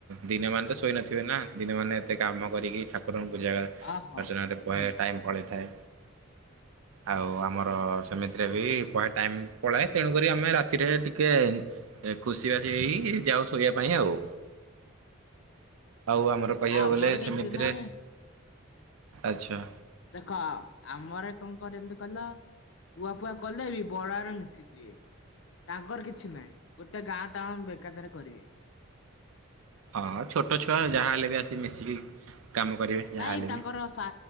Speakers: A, on the right; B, on the left.
A: ଦିନ ମାନେ ତ ଶୋଇ ନଥିବେ ନା ଦିନ ମାନେ ଏତେ କାମ କରିକି ଠାକୁର କୁରଙ୍କୁ ପୂଜା ଅର୍ଚ୍ଚନାରେ
B: ଆହୋ
A: ବହେ ଟାଇମ୍ ପଳେଇଥାଏ। ଆଉ ଆମର ସେମିତିରେ ବି ଭୟେ ଟାଇମ୍ ପଳାଏ। ତେଣୁ କରି ଆମେ ରାତିରେ ଟିକେ ଖୁସି ବାସି ହେଇ ଯାଉ ଶୋଇବା ପାଇଁ ଆଉ। ଆଉ ଆମର କହିବାକୁ
B: ଆମର
A: ଗଲେ
B: କିଛି
A: ସେମିତିରେ
B: ନାହିଁ
A: ଆଚ୍ଛା।
B: ଦେଖ ଆମର କଣ କରନ୍ତି କହିଲ ପୁଆ ଫୁଆ କଲେ ବି ବଡରେ ମିଶିଯିବେ। ତାଙ୍କର କିଛି ନାହିଁ ଗୋଟେ ଗାଁ ତ ବେକାଦରେ କରିବେ।
A: ହଁ ହଁ ଛୋଟ ଛୁଆ ଯାହା ହେଲେ ବି ଆସି ମିଶିକି କାମ କରିବେ। ଯାହାହେଲେ
B: ନାଇଁ ତାଙ୍କର
A: ବି।
B: ସା